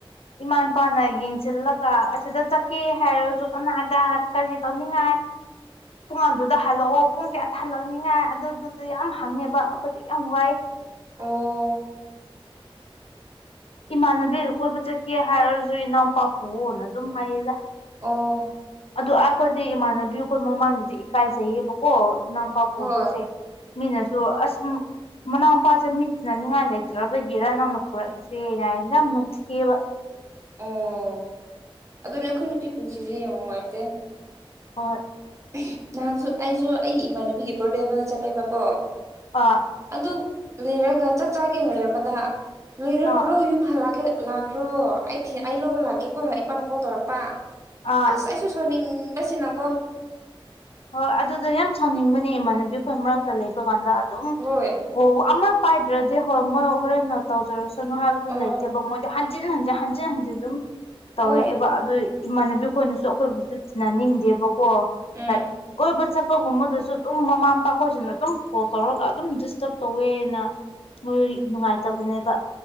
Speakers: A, on the left; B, on the right.
A: ꯏꯃꯥ ꯏꯄꯥꯅ ꯌꯦꯡꯁꯤꯜꯂꯒ ꯑꯁꯤꯗ ꯆꯠꯀꯦ ꯍꯥꯏꯔꯁꯨ ꯀꯅꯥꯒ ꯀꯔꯤ ꯇꯧꯅꯤꯡꯉꯥꯏ ꯇꯣꯉꯥꯟꯗꯨꯗ ꯍꯜꯂꯛꯑꯣ ꯄꯨꯡ ꯀꯌꯥꯗ ꯍꯜꯂꯛꯅꯤꯉꯥꯏ ꯑꯗꯨꯗꯨꯗꯤ ꯌꯥꯝ ꯍꯪꯉꯦꯕ ꯑꯩꯈꯣꯏꯗꯤ ꯌꯥꯝ ꯋꯥꯏ
B: ꯑꯣ
A: ꯏꯃꯥꯟꯅꯕꯤꯒ ꯀꯣꯏꯕ ꯆꯠꯀꯦ ꯍꯥꯏꯔꯁꯨ ꯏꯅꯥꯎꯄꯥꯄꯨꯅ ꯑꯗꯨꯝ ꯍꯥꯏꯌꯦꯗ
B: ꯑꯣ
A: ꯑꯗꯨ ꯑꯥ ꯈꯣꯏꯗꯤ ꯏꯃꯥꯟꯅꯕꯤ ꯈꯣꯏ ꯃꯃꯥꯡꯗꯗꯤ ꯏꯀꯥꯏꯖꯩꯌꯦꯕ ꯀꯣ ꯅꯝꯄꯥꯛ ꯄꯨꯗꯣꯏꯁꯦ
B: ꯍꯣꯏ
A: ꯃꯤꯅꯁꯨ ꯑꯁ ꯃꯅꯥꯎꯄꯥꯁꯦ ꯃꯤꯇꯤꯅꯅꯤꯡꯉꯥꯏ ꯂꯩꯇ꯭ꯔꯕꯒꯤꯔ ꯅꯪꯅ ꯄꯨꯔꯛꯏꯁꯦ ꯍꯥꯏꯌꯦ ꯌꯥꯝ ꯅꯨꯡꯊꯤꯑꯕ
B: ꯑꯣ ꯑꯗꯨꯅꯦ ꯑꯩꯈꯣꯏ ꯅꯨꯄꯤ ꯄꯨꯟꯁꯤꯁꯦ ꯌꯥꯝ ꯅꯨꯡꯉꯥꯏꯇꯦ
A: ꯍꯣꯏ
B: ꯑꯦ ꯅꯍꯥꯟꯁꯨ ꯑꯩꯁꯨ ꯑꯩꯒꯤ ꯏꯃꯥꯟꯅꯕꯤꯒꯤ ꯕꯥꯔꯗꯦ ꯑꯃꯗ ꯆꯠꯂꯦꯕꯀꯣ
A: ꯑꯥ
B: ꯑꯗꯨꯞ ꯂꯩꯔꯒ ꯆꯥꯛ ꯆꯥꯒꯦꯅ ꯉꯥꯏꯔꯝꯕꯗ ꯂꯣꯏꯔꯕ꯭ꯔꯣ
A: ꯑꯥ
B: ꯌꯨꯝ ꯍꯜꯂꯒ ꯂꯥꯛ ꯀ꯭ꯔꯣ ꯑꯩ ꯊꯤ ꯑꯩ ꯂꯧꯕ ꯂꯥꯛꯀꯦ ꯀꯣ ꯅ ꯏꯄꯥꯅ ꯀꯣꯜ ꯇꯧꯔꯛꯄ
A: ꯑꯥ
B: ꯑꯁ ꯑꯩꯁꯨ ꯁꯥꯎꯅꯤꯡꯕꯁꯤꯅꯀꯣ
A: ꯍꯣꯏ ꯑꯗꯨꯗꯣ ꯌꯥꯝ ꯁꯥꯎꯅꯤꯡꯕꯅꯦ ꯏꯃꯥꯟꯅꯕꯤ ꯈꯣꯏ ꯃꯔꯛꯇ ꯂꯩꯕ ꯀꯥꯟꯗ ꯑꯗꯨꯝ
B: ꯍꯣꯏ
A: ꯀꯣꯜ ꯑꯃ ꯄꯥꯏꯗ꯭ꯔꯗꯤ ꯍꯣ ꯃꯣꯏ ꯍꯣꯔꯟꯅ ꯇꯧꯖꯔꯁꯅꯨ ꯍꯥꯏꯕꯗꯨ
B: ꯍꯣꯏ
A: ꯂꯩꯇꯦꯕ ꯃꯣꯏ ꯍꯟꯖꯤꯟ ꯍꯟꯖꯤꯟ ꯍꯟꯖꯤꯟ ꯍꯟꯖꯤꯟ ꯑꯗꯨꯝ ꯇꯧꯔꯛꯑꯦꯕ
B: ꯍꯣꯏ
A: ꯑꯗꯨꯏ ꯏꯃꯥꯟꯅꯕꯤ ꯈꯣꯏꯅꯁꯨ ꯑꯩꯈꯣꯏꯕꯨꯁꯨ ꯇꯤꯟꯅꯅꯤꯡꯗꯦꯕꯀꯣ
B: ꯎꯝ
A: ꯂꯥꯏꯛ ꯀꯣꯏꯕ ꯆꯠ <unintelligible> ꯕꯗꯁꯨ ꯑꯗꯨꯝ ꯃꯃꯥ ꯃꯄꯥ ꯈꯣꯏꯁꯤꯅ ꯑꯗꯨꯝ ꯐꯣꯜ ꯇꯧꯔꯒ ꯑꯗꯨꯝ ꯗꯤꯁꯇꯔꯕ ꯇꯧꯋꯦꯅ ꯃꯣꯏ ꯅꯨꯡꯉꯥꯏꯇꯕꯅꯦꯕ